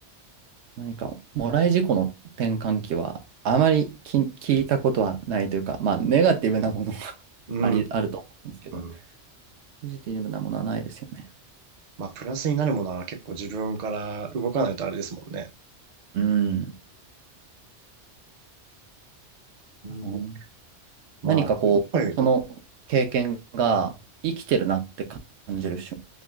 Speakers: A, on the right (about 70°); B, on the right (about 45°).
A: 何か、もらい事故の転換期は、あまりき聞いたことはないというか、まあ、ネガティブなものが <laughs>
B: うー
A: あり、あると思うんですけど、
B: ん。
A: ポジティブなものはないですよね。
B: まあ、プラスになるものは結構自分から動かないとあれですもんね。
A: うん。
B: うん
A: あの、
B: まあ、
A: 何かこう、
B: やっぱり、
A: その経験が生きてるなって感じる瞬、